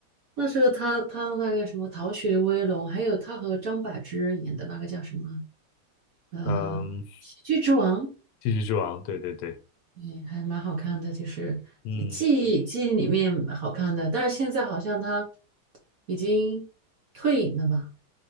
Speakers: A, on the right; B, on the left.
A: 那时候他他那个什么《逃学威龙》，还有他和张柏芝演的那个叫什么呃《喜剧之王》，
B: 嗯，继续之王，对对对，
A: 嗯，还蛮好看的，就是记忆记忆里面好看的。
B: 嗯。
A: 但是现在好像他已经退隐了吧？